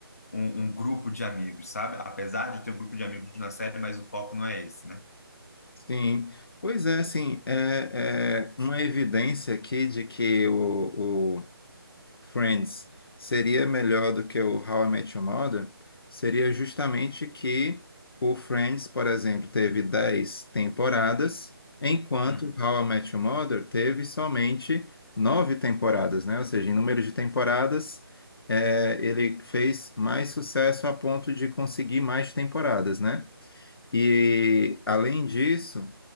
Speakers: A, on the left; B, on the left.
A: um, um grupo de amigos, sabe? Apesar de ter um grupo de amigos na série, mas o foco não é esse, né?
B: Sim, pois é, assim, é, é uma evidência aqui de que o, o Friends seria melhor do que o How I Met Your Mother, seria justamente que o Friends, por exemplo, teve 10 temporadas, enquanto
A: Uhum,
B: o How I Met Your Mother teve somente 9 temporadas, né? Ou seja, em número de temporadas, é, ele fez mais sucesso a ponto de conseguir mais temporadas, né? E, além disso.